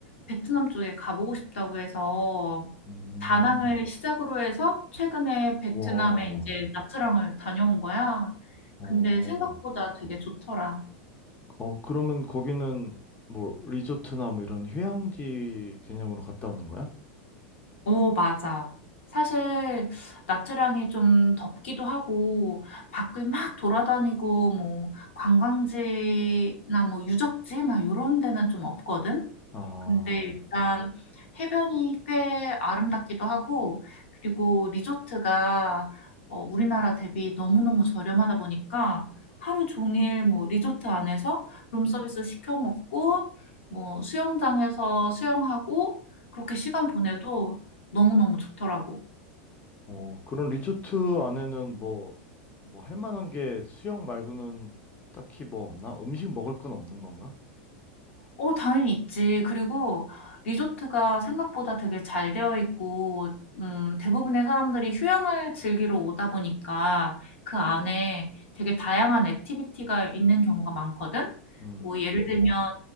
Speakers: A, on the left; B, on the left.
A: 베트남 쪽에 가보고 싶다고 해서,
B: 음.
A: 다낭을 시작으로 해서 최근에 베트남에
B: 와.
A: 이제 나트랑을 다녀온 거야.
B: 어.
A: 근데 생각보다 되게 좋더라.
B: 어, 그러면 거기는 뭐 리조트나 뭐 이런 휴양지 개념으로 갔다 오는 거야?
A: 어, 맞아. 사실 나트랑이 좀 덥기도 하고 밖을 막 돌아다니고 뭐 관광지나 뭐 유적지 막 이런 데는 좀 없거든.
B: 아,
A: 근데 일단 해변이 꽤 아름답기도 하고, 그리고 리조트가 어, 우리나라 대비 너무너무 저렴하다 보니까 하루 종일 뭐 리조트 안에서 룸서비스 시켜 먹고, 뭐 수영장에서 수영하고, 그렇게 시간 보내도 너무너무 좋더라고.
B: 어, 그런 리조트 안에는 뭐, 뭐 할 만한 게 수영 말고는 딱히 뭐 없나? 음식 먹을 건 없는 건가?
A: 어, 당연히 있지. 그리고 리조트가 생각보다 되게 잘 되어 있고, 음, 대부분의 사람들이 휴양을 즐기러 오다 보니까 그 안에 되게 다양한 액티비티가 있는 경우가 많거든?
B: 음.
A: 뭐, 예를 들면,